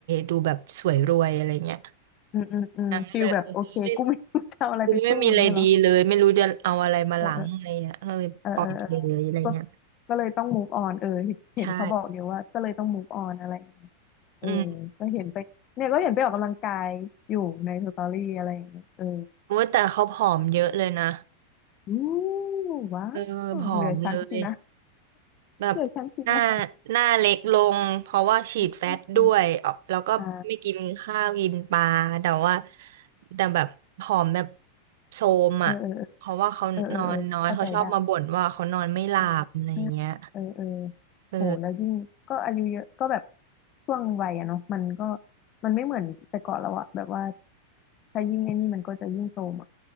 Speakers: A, on the right; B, on the left.
A: ดูแบบสวยรวยอะไรเงี้ย
B: อืมอืมอืมฟีลแบบโอเคกูไม่รู้จะเอาอะไรไปสู้อย่างเงี้ยเหรอ
A: นางก็เลยเออไม่กูไม่มีอะไรดีเลยไม่รู้จะเอาอะไรมาล้างอะไรเงี้ยก็เลยปล่อยไปเลยอะไรเงี้ย
B: เออเออเออเออเออก็ก็เลยต้อง move on เออเห็นเห็นเขาบอกเดี๋ยวว่าก็เลยต้อง
A: ใช่
B: move on อะไรอย่างเงี้ยเออ
A: อืม
B: ก็เห็นไปเนี่ยก็เห็นไปออกกำลังกายอยู่ในสตอรี่อะไรอย่างเงี้ยเออ
A: โอ้ยแต่เขาผอมเยอะเลยนะ
B: อู้ว้า
A: เออผอมเลย
B: วเหลือชั้นสินะ
A: แบบหน้า
B: เหลือชั้นสินะ
A: หน้าเล็กลงเพราะว่าฉีดแฟตด้วยออกแล้วก็ไม่กินข้าวกินปลาแต่ว่า
B: อืมอ่า
A: แต่แบบผอมแบบโทรมอ่ะเพราะว่าเขานอนน้อยเขาชอบมาบ่นว่าเขานอนไม่หลับอะไรอย่างเงี้ย
B: เออเออเออเออเออเออเข้าใจได้อ่าเออเออ
A: เออ
B: โอ้แล้วยิ่งก็อายุเยอะก็แบบช่วงวัยอะเนาะมันก็มันไม่เหมือนแต่ก่อนแล้วอะแบบว่าถ้ายิ่งไอ้นี่มันก็จะยิ่งโทรมอะ